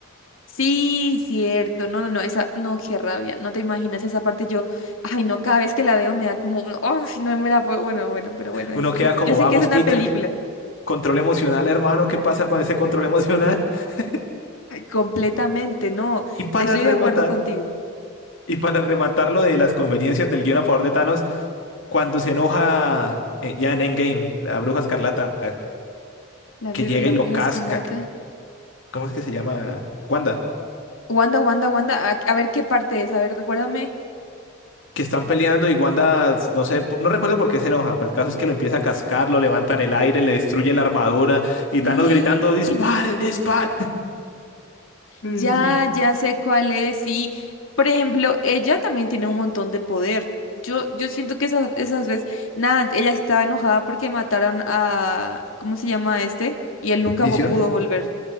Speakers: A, on the left; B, on the left.
A: Sí, cierto. No, no, no, esa, no, qué rabia. No te imaginas esa parte. Yo, ay, no, cada vez que la veo me da como un, "Ay, no me la puedo. Bueno, bueno, pero bueno, es,
B: Uno
A: yo,
B: queda como,
A: yo sé
B: vamos,
A: que es una
B: Peter,
A: película.
B: control emocional, hermano, ¿qué pasa con ese control emocional? <laughs>
A: Completamente, no.
B: Y para
A: Estoy
B: rematar,
A: de acuerdo contigo.
B: y para rematar lo de las conveniencias del guión a favor de Thanos, cuando se enoja eh, ya en Endgame, la bruja escarlata,
A: La,
B: que
A: bru-
B: llega
A: la
B: y
A: bruja
B: lo casca,
A: escarlata.
B: que- ¿cómo es que se llama? Wanda,
A: Wanda, Wanda, Wanda. A, a ver qué parte es. A ver, recuérdame.
B: que están peleando y Wanda, no sé, po- no recuerdo por qué se enoja, pero el caso es que lo empieza a cascar, lo levanta en el aire, le destruye la armadura y
A: Sí,
B: Thanos gritando, disparen, disparen. Mm.
A: ya, ya sé cuál es. Sí. Por ejemplo, ella también tiene un montón de poder. Yo, yo siento que esas, esas veces, nada, ella estaba enojada porque mataron a, ¿cómo se llama este? Y él nunca
B: ¿Visión?
A: vo- pudo volver.